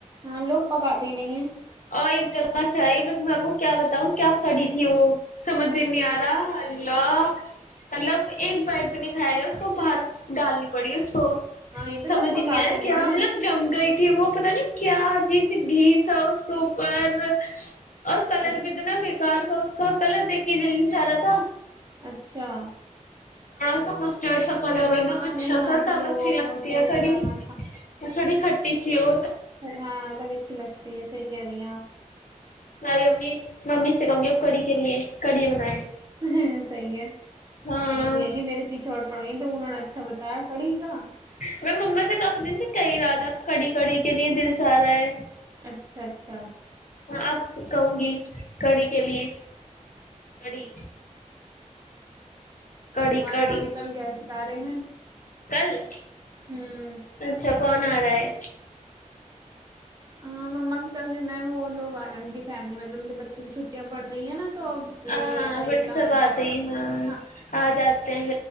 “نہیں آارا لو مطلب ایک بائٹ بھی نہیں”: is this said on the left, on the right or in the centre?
Left